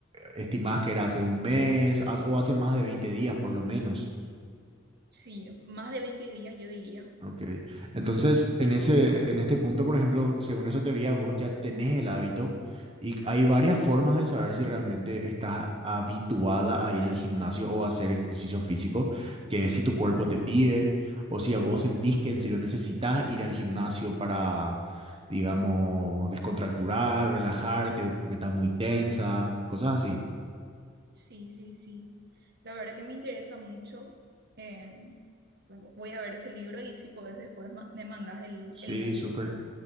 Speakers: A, on the right; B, on the right.
A: estimás que era hace un mes haz- o hace más de 20 días por lo menos.
B: Sí, más de 20 días yo diría.
A: Ok. Entonces, en ese, en este punto, por ejemplo, según esa teoría, vos ya tenés el hábito y hay varias formas de saber si realmente estás habituada a ir al gimnasio o a hacer ejercicio físico, que es si tu cuerpo te pide o si a vos sentís que en serio necesitas ir al gimnasio para, digamos, descontracturar, relajarte, porque estás muy tensa, cosas así.
B: Sí, sí, sí. La verdad que me interesa mucho. Eh, voy a ver ese libro y si podés después ma- me mandas el,
A: Sí,
B: el nombre.
A: súper.